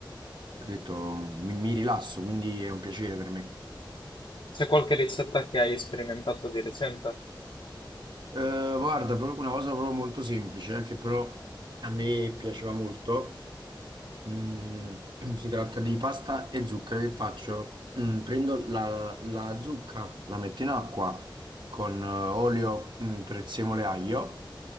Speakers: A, on the right; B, on the left.
A: Ho detto, mi, mi rilasso, quindi è un piacere per me.
B: C'è qualche ricetta che hai sperimentato di recente?
A: Eh, guarda, pro- una cosa proprio molto semplice, eh, che però a me piaceva molto Mm, <clears throat> si tratta di pasta e zucca che faccio? Mm, prendo la, la zucca, la metto in acqua con eh, olio, mm, prezzemolo e aglio,